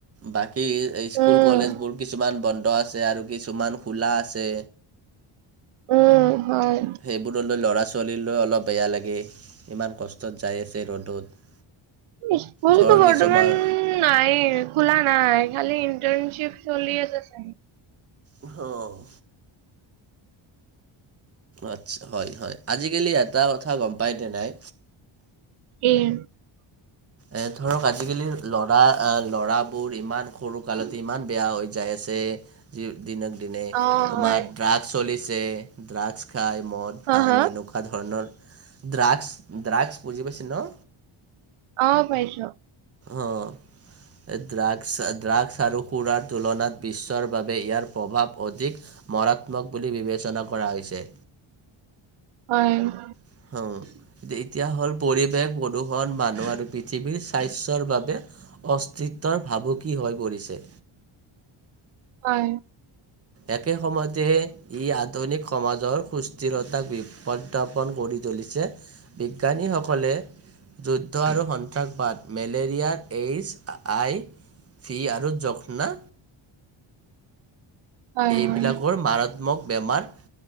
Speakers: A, on the right; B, on the right.
A: বাকী কি স্কুল
B: উম
A: কলেজ বোৰ কিছুমান বন্ধ আছে আৰু কিছুমান খোলা আছে
B: উম হয়
A: সেইবোৰলৈ ল'ৰা ছোৱালীলৈ অলপ বেয়া লাগে ইমান কষ্টত যায় আছে ৰ'দত
B: স্কুলতো
A: ধৰ
B: বৰ্তমান
A: কিছুমান
B: নাই খোলা নাই খালি ইণ্টাৰ্নশিপ চলি আছে চাগে
A: অহ আচ্ছা হয় হয় আজিকালি এটা কথা গম পাই নে নাই
B: উৰ
A: এ ধৰক আজিকালি ল'ৰা ল'ৰাবোৰ ইমান সৰু কালতে ইমান বেয়া হৈ যায় আছে যে যি দিনক দিনে
B: অ
A: দিনে তোমাৰ
B: হয়
A: ড্ৰাগছ চলিছে ড্ৰাগছ খাই মদ
B: হা
A: ভাং
B: হা
A: এনেকুৱা ধৰণৰ ড্ৰাগছ ড্ৰাগছ বুজি পাইছে ন
B: অহ পাইছো
A: অহ ড্ৰাগছ ড্ৰাগছ আৰু সুৰাৰ তুলনাত বিশ্বৰ বাবে ইয়াৰ প্ৰভাৱ অধিক মাৰাত্মক বুলি বিবেচনা কৰা হৈছে।
B: অ'।
A: হুম, এতিয়া হ'ল পৰিৱেশ, প্ৰদূষণ, মানুহ আৰু পৃথিৱীৰ স্বাস্থ্যৰ বাবে অস্তিত্বৰ ভাবুকি হৈ পৰিছে।
B: হয়।
A: একে সময়তে ই আধুনিক সমাজৰ সুস্থিৰতাক বিপঢাপন কৰি জ্বলিছে, বিজ্ঞানীসকলে যুদ্ধ আৰু সন্ত্ৰাসবাদ মেলেৰিয়াৰ এইচ আই ফি আৰু যক্ষ্না
B: হয়
A: এইবিলাকৰ
B: হয়
A: মাৰাত্মক বেমাৰ